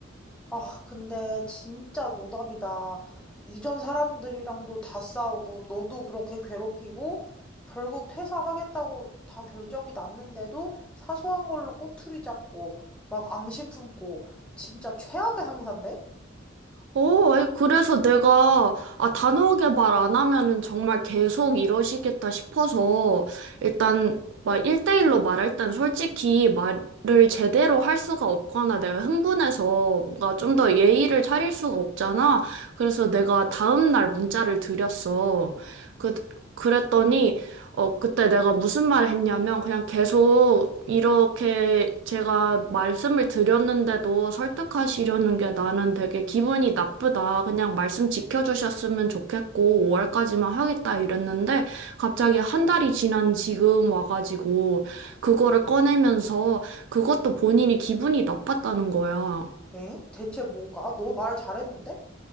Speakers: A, in the centre; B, on the right (about 60°).
A: 아 근데 진짜 노답이다. 이전 사람들이랑도 다 싸우고 너도 그렇게 괴롭히고 결국 퇴사하겠다고 다 결정이 났는데도 사소한 걸로 꼬투리 잡고 막 앙심 품고 진짜 최악의 상사인데?
B: 어, 아니, 그래서 내가, 아, 단호하게 말 안 하면은 정말 계속 이러시겠다 싶어서, 일단, 막, 1대1로 말할 땐 솔직히 말을 제대로 할 수가 없거나 내가 흥분해서 뭔가 좀 더 예의를 차릴 수가 없잖아. 그래서 내가 다음날 문자를 드렸어. 그, 그랬더니, 어, 그때 내가 무슨 말을 했냐면, 그냥 계속 이렇게 제가 말씀을 드렸는데도 설득하시려는 게 나는 되게 기분이 나쁘다. 그냥 말씀 지켜주셨으면 좋겠고, 5월까지만 하겠다 이랬는데, 갑자기 한 달이 지난 지금 와가지고, 그거를 꺼내면서, 그것도 본인이 기분이 나빴다는 거야.
A: 엥? 대체 뭐가? 너 말 잘했는데?